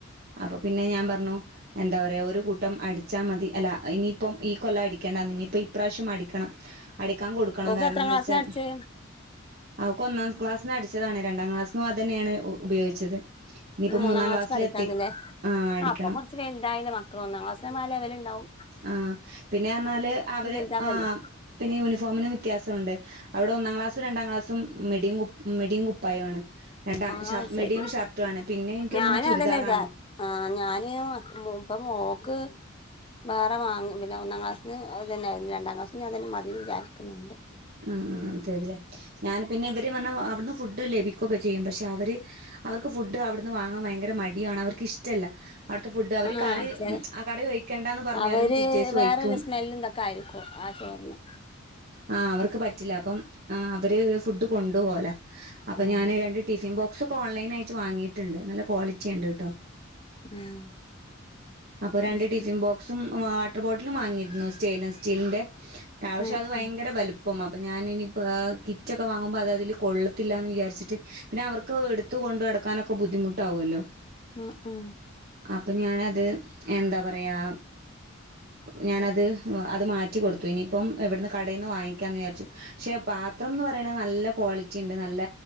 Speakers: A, on the right (about 50°); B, on the left (about 25°).
A: അപ്പൊ പിന്നെ ഞാൻ പറഞ്ഞു എന്താ പറയാ ഒരു കൂട്ടം അടിച്ചാ മതി അല്ല ഇനിയിപ്പം ഈ കൊല്ലടിക്കണ്ടന്ന് ഇനിയിപ്പ ഇ പ്രാവശ്യം അടിക്കണം അടിക്കാൻ കൊടുക്കണം
B: ഓക്ക്
A: കാരണം
B: എത്രാം
A: എന്തച്ചാൽ
B: ക്ലാസ്സിനാ അടിച്ചേ
A: അവക്ക് ഒന്നാം ക്ലാസ്സിന് അടിച്ചതാണ് രണ്ടാം ക്ലാസ്സിനുമതന്നെയാണ് ഉപയോഗിച്ചത് ഇനിയിപ്പോ
B: ഇനി മൂന്നാം ക്ലാസ്സിൽ
A: ക്ലാസ്സിലെത്തി
B: അടിക്കാണ്ട്ലെ
A: ആഹ് അടിക്കണം
B: ആ അപ്പൊ കുറച്ച് വെൽതായില്ലേ മക്കള് ഒന്നാംക്ലാസ് ആവുമ്പോ ആ ലെവല് ഉണ്ടാവൂ
A: ആ പിന്നെ പറഞ്ഞാല് അവര്
B: വലുതാവല്ലേ
A: ആ പിന്നെ യൂണിഫോമിന് വ്യത്യാസോണ്ട് അവടെ ഒന്നാം ക്ലാ സ്സും രണ്ടാം ക്ലാസ്സും മിഡിയും കു ഉം മിഡിയും കുപ്പായു ആണ് രണ്ടാം
B: ആ
A: ഷർട്ട്
B: ശരി
A: മിടിയും ഷർട്ടും ആണ് പിന്നെ എനിക്ക്
B: ഞാനതന്നെ
A: തോന്നുന്നു ചുരിദാറാണ്
B: വിചാ ആ ഞാന് ഇ ഇപ്പ മോക്ക് വേറെ വാങ്ങും പിന്നെ ഒന്നാം ക്ലാസ്സിന് അത് തന്നേയിരുന്നു രണ്ടാം ക്ലാസ്സിന് അതന്നെ മതിന്ന് വിചാരിക്കുന്നുണ്ട്
A: ഉം ഉം <unintelligible> ഞാന് പിന്നെ ഇവര് പറഞ്ഞാ അവിടുന്ന് ഫുഡ് ലഭിക്കൊക്കെ ചെയ്യും പക്ഷെ അവര് അവർക്ക് ഫുഡ് അവിടുന്ന് വാങ്ങാൻ ഭയങ്കര മ ടിയും ആണ് അവർക്ക് ഇഷ്ടല്ല അവിട്ത്തെ ഫുഡ് അവര്
B: ആഹ്
A: കറി
B: ചെ
A: ഉം ആ കറി ഒഴിക്കണ്ടാന്ന് പറഞ്ഞാലും
B: അവര്
A: ടീച്ചേഴ്സ് ഒഴിക്കും
B: വേറൊരു സ്മെല്ലും ഇതൊക്കെ ആയിരിക്കും ആ ചോറിന്
A: ആ ആ അവർക്ക് പറ്റില്ല അപ്പം ആ അവര് ഫുഡ് കൊണ്ടു പോവലാ, അപ്പൊ
B: ആഹ്
A: ഞാന് രണ്ട് ടി ഫിൻ ബോക്സൊക്കെ ഓൺലൈനായിറ്റ് വാങ്ങിയിട്ട്ണ്ട് നല്ല ക്വാളിറ്റിണ്ട് ട്ടോ
B: ആഹ്
A: അപ്പൊ രണ്ട്
B: അത് ശരി
A: ടിഫിൻ ബോക്സും വാട്ടർ ബോട്ടിലും വാങ്ങിയിര്ന്നു, സ്റ്റൈൻലെസ്സ് സ്റ്റീൽന്റെ അത് പക്ഷേ
B: ഉം
A: വയങ്ക
B: ഉം
A: എലുപ്പം അപ്പൊ ഞാാനിനിപ്പൊ കിറ്റൊക്കെ വാങ്ങുമ്പൊ അത് അതില് കൊള്ളത്തില്ലാന്ന് വിചാരിച്ചിട്ട് പിന്നെ അവർക്ക് എടുത്തു കൊണ്ട് നടക്കാനൊക്കെ ബുദ്ധിമുട്ടാവോല്ലോ
B: ഉം ഉം
A: അപ്പം ഞാനത് ത് എന്താ പറയാ ഞാനത് ഹ അത് മാറ്റി കൊടുത്തു, ഇനിയിപ്പം എവിട്ന്ന് ക ടേന്ന് വാങ്ങിക്കാന്ന് വിചാരിച്ചു പക്ഷെ പാത്രന്ന് പറയണത് നല്ല ക്വാളിറ്റിണ്ട് നല്ല